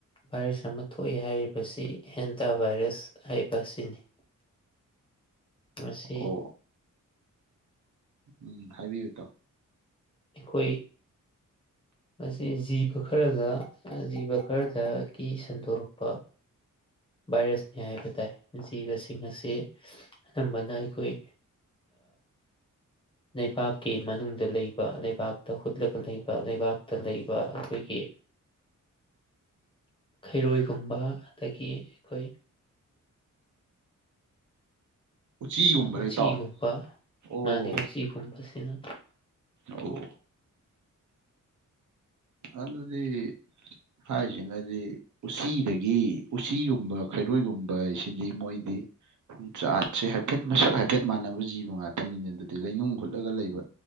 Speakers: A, on the left; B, on the right.
A: ꯚꯥꯏꯔꯁ ꯑꯃ ꯊꯣꯛꯑꯦ ꯍꯥꯏꯔꯤꯕꯁꯤ ꯍꯦꯟꯇꯥ ꯚꯥꯏꯔꯁ ꯍꯥꯏꯕ ꯑꯁꯤꯅꯤ ꯃꯁꯤ
B: ꯑꯣ ꯎꯝ ꯍꯥꯏꯕꯤꯌꯨ ꯇꯥꯎ
A: ꯑꯩꯈꯣꯏ ꯃꯁꯤ ꯖꯤꯕ ꯈꯔꯒ ꯖꯤꯕ ꯈꯔꯗꯒꯤ ꯁꯟꯗꯣꯔꯛꯄ ꯚꯥꯏꯔꯁꯅꯤ ꯍꯥꯏꯕ ꯇꯥꯏ ꯖꯤꯕꯁꯤꯡ ꯑꯁꯤ ꯑꯅꯝꯕꯅ ꯑꯩꯈꯣꯏ ꯂꯩꯕꯥꯛꯀꯤ ꯃꯅꯨꯡꯗ ꯂꯩꯕ ꯂꯩꯕꯥꯛꯇ ꯍꯨꯠꯂꯒ ꯂꯩꯕ ꯂꯩꯕꯥꯛꯇ ꯂꯩꯕ ꯑꯩꯈꯣꯏꯒꯤ ꯈꯩꯔꯣꯏꯒꯨꯝꯕ ꯑꯗꯒꯤ ꯑꯩꯈꯣꯏ
B: ꯎꯆꯤꯒꯨꯝꯕꯔ
A: ꯎꯆꯤꯒꯨꯝꯕ
B: ꯏꯇꯥꯎ ꯑꯣ
A: ꯃꯥꯅꯤ ꯎꯆꯤꯒꯨꯝꯕꯁꯤꯅ
B: ꯑꯣ ꯅꯗꯤ ꯍꯥꯏꯦꯗꯤ ꯎꯆꯁꯤꯗꯒꯤ ꯎꯆꯤꯒꯨꯝꯕ ꯈꯩꯔꯣꯏꯒꯨꯝꯕ ꯍꯥꯏꯁꯤꯗꯤ ꯃꯣꯏꯗꯤ ꯆꯥꯠꯁꯦ ꯍꯥꯏꯐꯦꯠ ꯃꯁꯛ ꯍꯥꯏꯐꯦꯠ ꯃꯥꯟꯅꯕ ꯖꯤꯕ ꯉꯥꯛꯇꯅꯤꯅꯦ ꯑꯗꯨꯗꯤ ꯂꯩꯅꯨꯡ ꯍꯨꯠꯂꯒ ꯂꯩꯕ